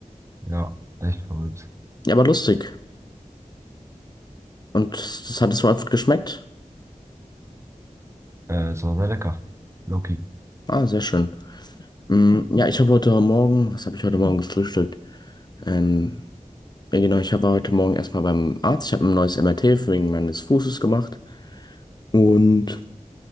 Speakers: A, on the right; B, on the left.
A: Ja, echt verrückt.
B: Ja, aber lustig. Und das hat es wohl gut geschmeckt.
A: Äh, es war sehr lecker. Loki.
B: Ah, sehr schön. Mm, ja, ich habe heute Morgen, was habe ich heute Morgen gefrühstückt? Ähm, ja, genau, ich war heute Morgen erstmal beim Arzt. Ich habe ein neues MRT wegen meines Fußes gemacht. Und